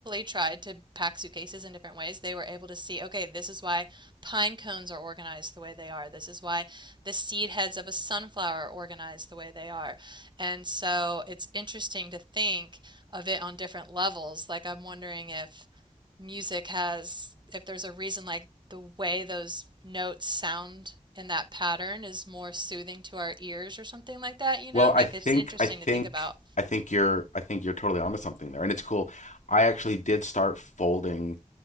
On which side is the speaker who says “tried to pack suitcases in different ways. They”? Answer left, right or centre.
Right